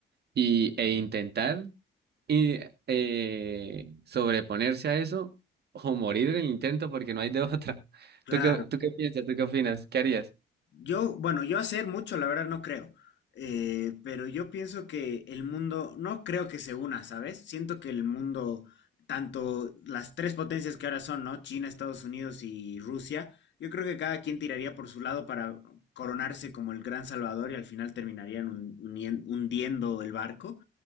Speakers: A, on the right (about 55°); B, on the left (about 65°).
A: y, e intentar y, eh, sobreponerse a eso o morir en el intento porque no hay de otra. <laughs>
B: claro.
A: ¿Tú qué, tú qué piensas? ¿Tú qué opinas? ¿Qué harías?
B: Yo, bueno, yo hacer mucho, la verdad no creo, Eh, pero yo pienso que el mundo, no creo que se una, ¿sabes? Siento que el mundo, tanto las tres potencias que ahora son, ¿no? China, Estados Unidos y Rusia, yo creo que cada quien tiraría por su lado para coronarse como el gran salvador y al final terminarían hun- unien- hundiendo el barco.